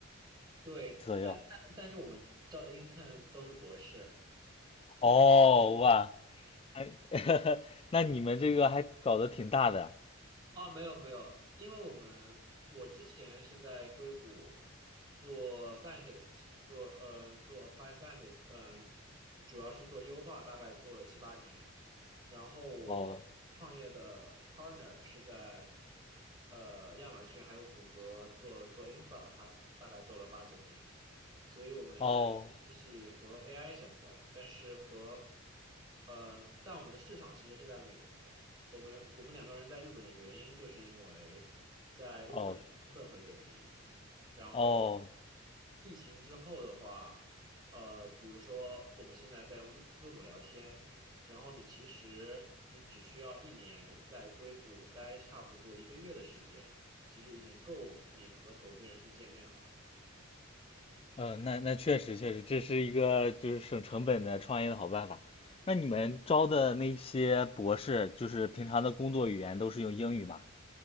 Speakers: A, on the right; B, on the left.
A: 对，
B: 左右。
A: 但但但是我们招的 intern 都是博士，
B: 哦，哇，哎，<laughs> 那你们这个还搞得挺大的。
A: 啊，没有没有，因为我们我之前是在硅谷做 scientist，做呃做 apply scientist，嗯、主要是做优化，大概做了七八年。然后我创业的
B: 哦，
A: partner 是在呃亚马逊还有谷歌做做 infra，他大概做了八九年。所以我们现在做的东西和
B: 哦，
A: AI 相关，但是和呃，但我们的市场其实是在美国。我们我们两个人在日本的原因，就是因为在日本的成本会更低。
B: 哦，
A: 然后
B: 哦，
A: 疫情之后的话，呃，比如说我们现在在用 Zo- Zoom 聊天，然后你其实你只需要一年在硅谷待差不多一个月的时间，其实已经够你和投资人去见面了。
B: 嗯，那那确实确实，这是一个就是省成本的创业的好办法。那你们招的那些博士，就是平常的工作语言都是用英语吗？